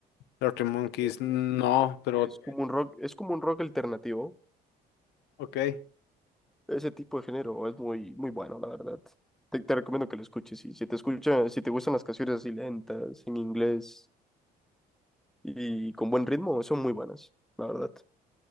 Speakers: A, on the left (about 85°); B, in the centre.
A: Arctic Monkeys,
B: Eh,
A: no, pero
B: Es como un rock, es como un rock alternativo.
A: ok.
B: Ese tipo de género es muy, muy bueno, la verdad. Te, te recomiendo que lo escuches. Y si te escucha, si te gustan las canciones así lentas, en inglés, y con buen ritmo, son muy buenas, la verdad.